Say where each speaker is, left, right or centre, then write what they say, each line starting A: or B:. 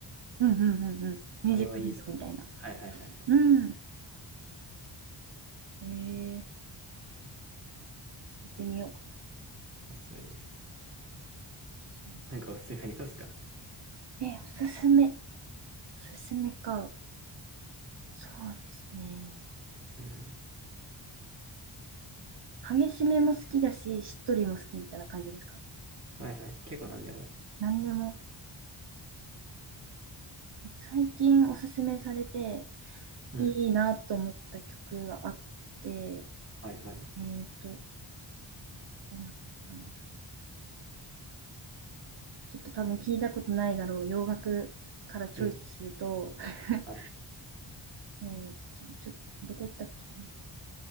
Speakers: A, on the right; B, on the right.
A: うんうんうんうん。ミュージックビデオみたいな。
B: あれはいいぞ。はいはいはいはい。
A: うん。えー、聞いてみよう。
B: おすすめです。
A: そう
B: なんかおすすめありますか
A: えー、おすすめ。おすすめか。そうですね。
B: うん。
A: 激しめも好きだし、しっとりも好きみたいな感じですか
B: はいはい。結構何でも。
A: 何でも。最近おすすめされて、
B: うん。
A: いいなと思った曲があって、
B: はいはい。
A: えっと、あれだったかな。ちょっと多分聞いたことないだろう。洋楽からチョイスすると、
B: うん。
A: <laughs>
B: はい。
A: そうですね。ちょっと、どこ行ったっけな。